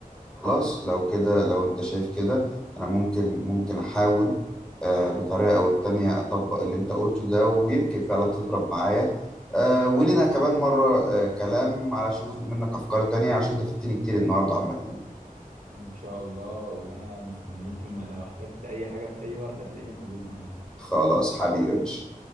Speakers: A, in the centre; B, on the right (about 60°).
A: خلاص لو كده لو انت شايف كده انا ممكن ممكن احاول آه، بطريقه او التانية اطبق اللي انت قلته ده ويمكن فعلا تضرب معايا آه، ولنا كمان مره آه، كلام علشان اخد منك افكار تانية عشان انت فدتني كتير النهارده عامه يعني
B: ان شاء الله وانا مستنيك م- لو احتجت اي حاجه في اي وقت هتلاقيني موجود معاك
A: خلاص حبيبي يا باشا